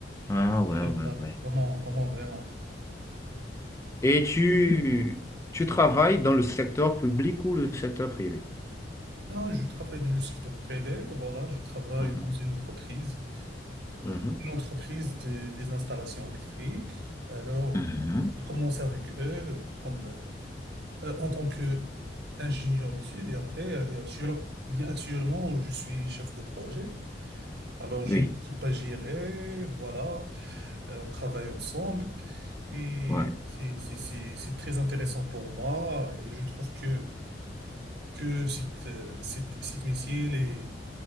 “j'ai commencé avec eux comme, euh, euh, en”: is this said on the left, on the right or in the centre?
Right